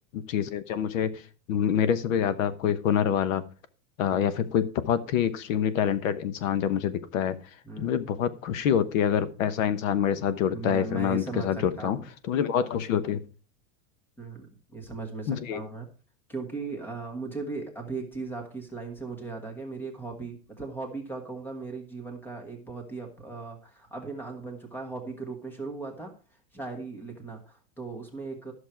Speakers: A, on the left; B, in the centre.
A: चीज़ें जब मुझे मेरे से भी ज़्यादा कोई हुनर वाला अ,
B: हम्म।
A: या फिर कोई बहुत ही एक्सट्रीमली टैलेंटेड इंसान जब मुझे दिखता है तो
B: हम्म।
A: मुझे बहुत खुशी होती है अगर ऐसा इंसान मेरे साथ जुड़ता
B: मैं
A: है फिर
B: मैं
A: मैं
B: ये
A: उनके
B: समझ
A: साथ
B: सकता
A: जुड़ता
B: हूँ
A: हूँ तो मुझे बहुत खुशी होती है
B: हम्म ये समझ में सकता
A: जी
B: हूँ मैं क्योंकि अ, मुझे भी अभी एक चीज़ आपकी इस लाइन से मुझे याद आ गया मेरी एक हॉबी मतलब हॉबी क्या कहूँगा मेरे जीवन का एक बहुत ही अब अ, अभिन्न अंग बन चुका है हॉबी के रूप में शुरू हुआ था शायरी लिखना तो उसमें एक